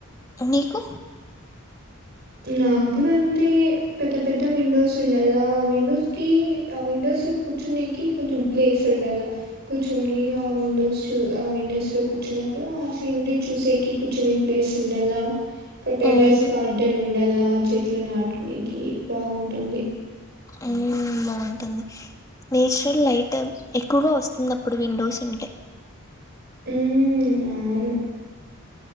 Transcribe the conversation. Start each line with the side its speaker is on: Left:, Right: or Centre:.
Left: మీకు
Right: నాక్కూడా అంతే పెద్ద పెద్ద విండోస్ ఉండాల ఆ విండోస్ కి ఆ విండోస్ లో కూర్చునేకి కొంచెం ప్లేస్ ఉండాల కూర్చొని ఆ విండోస్ చూ ఆ విండోస్ లో కూర్చున్నప్పుడు ఆ సీనరీ చూసేకి కూర్చుని ప్లేస్ ఉండలా ఇంక టెర్రస్
Left: ఉమ్
Right: గార్డ్ దళాల్ చెట్లు నాటుకునేనికి బాగుంటుంది
Left: ఆ బాగుంటుంది నేచురల్ లైట్ ఎక్కువగా వస్తుంది అప్పుడు విండోస్ ఉంటే
Right: మ్మ్ మ్మ్ అవును